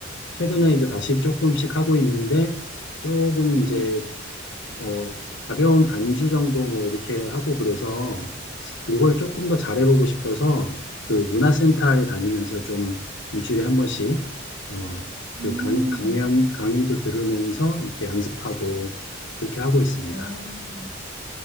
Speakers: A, on the left; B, on the right.
A: 최근에
B: 네.
A: 이제 다시 조금씩 하고 있는데, 조금
B: 음,
A: 이제, 어, 가벼운 반주 정도 뭐, 이렇게 하고 그래서, 요걸 조금 더 잘해보고 싶어서, 그 문화센터에 다니면서 좀 일주일에 한 번씩, 어,
B: 음.
A: 그 강, 강연, 강의도 들으면서 이렇게 연습하고, 그렇게 하고 있습니다.
B: 어,